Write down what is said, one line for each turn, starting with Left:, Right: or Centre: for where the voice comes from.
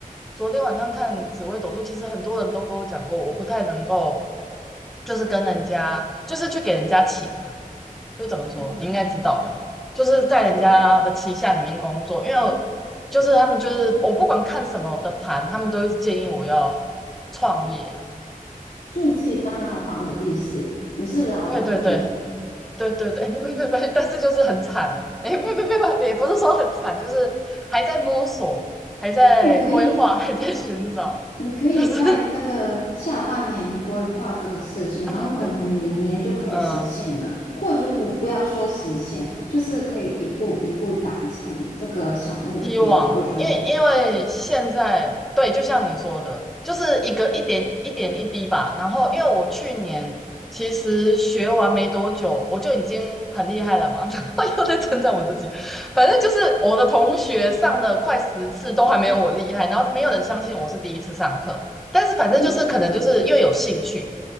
Centre: 昨天晚上看紫薇斗数，其实很多人都跟我讲过，我不太能够就是跟人家就是去给人家请。就怎么说，
Left: 嗯
Centre: 你应该知道的，就是在人家的旗下里面工作，
Left: 对。
Centre: 因为我就是他们就是我不管看什么的盘，他们都是建议我要创业啊，
Left: 所以自己当老板的意思，你是老板命，
Centre: 对对对对对对，<laughs> 不不不，但是就是很惨啊，哎，不不不不，也不是说很惨，就是还在摸索，还在规划，
Left: 所以
Centre: 还在寻找，
Left: 你可以在这个下半年规划这个事情，
Centre: 就是 <laughs>
Left: 然后可能你明年就可以实现了，
Centre: 嗯。
Left: 或者就不不要说实现，就是可以一步一步达成这个小目标。
Centre: 希望啊，
Left: 我觉得，
Centre: 因为因为现在对，就像你说的，就是一个一点一点一滴吧。然后，因为我去年其实学完没多久，我就已经很厉害了嘛。<laughs> 然后又在称赞我自己，反正就是我的同学上了快十次都还没有我厉害，然后没有人相信我是第一次上课。但是反正就是可能就是又有兴趣，
Left: 嗯，